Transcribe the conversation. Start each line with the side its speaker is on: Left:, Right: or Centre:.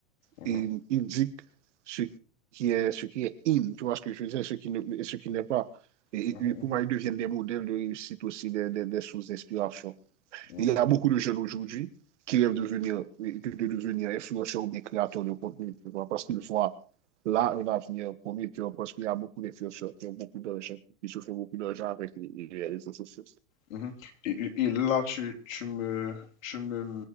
Left: Mhm,
Right: Et ils indiquent ce qui est, ce qui est in, tu vois ce que je veux dire, ce qui ne, et ce qui n'est pas. Et,
Left: mhm,
Right: et pour
Left: mhm,
Right: moi, ils deviennent des modèles de réussite aussi, des, des, des sources d'inspiration.
Left: mhm,
Right: Il y a beaucoup de jeunes aujourd'hui qui rêvent de devenir, de devenir influenceurs ou bien créateurs de contenu, tu vois, parce qu'ils voient là un avenir promis, tu vois, parce qu'il y a beaucoup d'influenceurs qui ont beaucoup d'argent, qui se font beaucoup d'argent avec les, les réseaux sociaux.
Left: mhm. Et, et- et là, tu, tu me, tu me,